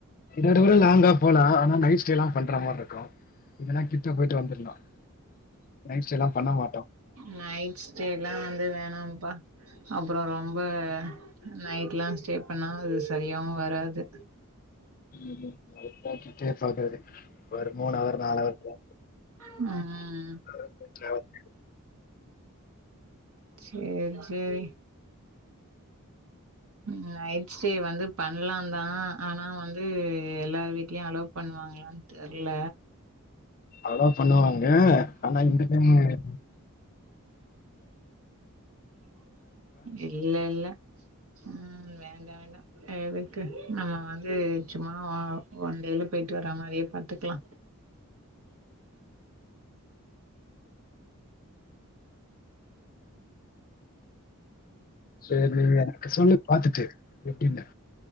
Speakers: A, on the left; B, on the right.
A: இதவிட லாங்கா போலா ஆனா நைட்ஸ்டேல்லா பண்ற மாதிரி இருக்கும் இங்கனா கிட்ட போயிட்டு வந்துரலாம் நைட் ஸ்டேலா பண்ண மாட்
B: நைட் ஸ்டேல்லாம் வந்து வேணாம்ப்பா அப்புறம் ரொம்ப நைட்லா ஸ்டே பண்ணா அது சரியாவு வராது
A: ம் ம் உக்காந்துட்டே பாக்றது ஒரு மூனு அவர் நாலு அவர் தா
B: ம்
A: அ
B: சேர் சேரி ம் <inaudible> ஸ்டே வந்து பண்லாம் தா ஆனா வந்து எல்லார் வீட்லயு அலோ பண்ணுவாங்களான் தெர்ல
A: அவ்ளோ பண்ணுவாங்க ஆனா இங்கிட்ருந்து
B: இல்ல இல்ல ம் வேண்டா வேண்டா எதுக்கு நம்ம வந்து சும்மா ஒன் டே ல போய்ட்டு வர்ற மாரியே பாத்துக்லா
A: சேரி நீ எனக்கு சொல்லு பாத்துட்டு எப்டின்னு